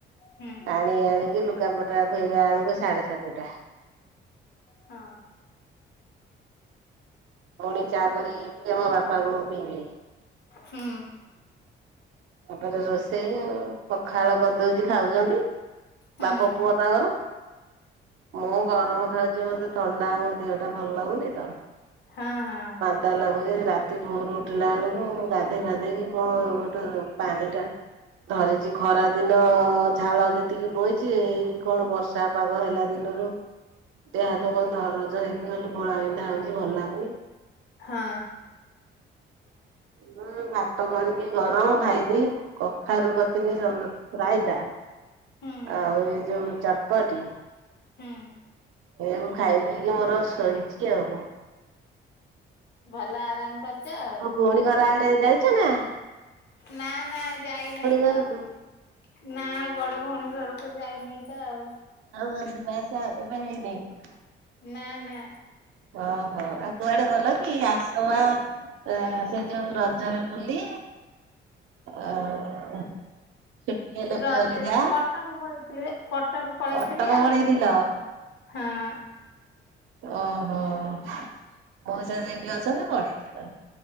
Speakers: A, on the left; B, on the right.
A: ହୁଁ
B: ପାଣି ଆଣିକି ଲୁଗାପଟା ଧୋଇଲା ବେଳକୁ ସାଢ଼େ ସାତଟା।
A: ହଁ।
B: ଫୁଣି ଚା କରିବି ଆମ ବାପା ବୋଉ ପିଇବେ।
A: ହୁଁ।
B: ତାପରେ ରୋଷେଇ ଆଉ ପଖାଳ କରି ଦୋଉଚି ଖାଉଚନ୍ତି।
A: ହୁଁ।
B: ବାପ ପୁଅ ତାଙ୍କର ମୁଁ ଗରମ ଖାଉ ମତେ ଥଣ୍ଡା ମୋଦେହଟା ଭଲ୍ ଲାଗୁନିତ।
A: ହଁ ହଁ।
B: ଥଣ୍ଡା ଲାଗୁଛି ରାତି ଭୋର୍ ଉଠିଲା ଆଳୁକୁ ଗାଧେଇ ପାଧେଇକି କଣ ଗୋଟେ ଯୋଉ ପାଣି ଟା ଧରିଚି ଖରା ଦିନ ଝାଳ ଯେତିକି ବୋହିଚି ଏଇ ପୁଣି ବର୍ଷା ପାଗ ହେଲା ଦିନୁରୁ ଦେହ ହାତ ଦବୁ ଧରଜ ହେଇକି ଖାଲି ଘୋଳା ବିିନ୍ଧା ହୋଉଛି ଭଲ୍ ଲାଗୁନି।
A: ହଁ।
B: ମୁଁ ଭାତ କରିକି ଗରମ୍ ଖାଇ କଖାରୁ କରିଥିଲି ସବୁ ରାଇତା
A: ହୁଁ
B: ଆଉ ଏଇ ଯୋଉ ଚଟପଟି।
A: ହୁଁ।
B: ଏଇଆକୁ ଖାଇ ଦେଇକି ମୋର ଶୋଇଚି ଆଉ।
A: ଭଲ ଆରାମ୍ କରିଚ ଆଉ।
B: ଭଉଣୀ ଘର ଆଡ଼େ ଯାଇଚନା?
A: ନା ନା ଯାଇ ନେଇଁତ
B: ଘରକୁ?
A: ଆଉ। ନା ବଡ଼ ଭଉଣୀ ଘରକୁ ଯାଇନେଇଁତ ଆଉ।
B: ଆଉ ଯିବା ଆସିବା ଏବେ ହେଇନେଇଁ।
A: ନା ନା।
B: ଅ ହଁ ଆଉ କୁଆଡ଼େ ଗଲକି ଆସବା ଆ ସେଇ ଯୋଉ ରଜରେ ବୁଲି ଆଉ ଛୁଟି ହେଲେ
A: ରଜ୍
B: ପୁଅରେ
A: ଏଇ
B: ଯା
A: ଯୋଉ କଟକ ପଳେଇଥିଲି ଏ କଟକ ପଳେଇଥିଲି
B: କଟକ
A: ଆଉ
B: ପଳେଇଥିଲ?
A: ଜିବି କଣ। ହଁ।
B: ଓହୋ ମଉସା ସେଇଠି ଅଛନ୍ତି ପଳେଇଥିଲ?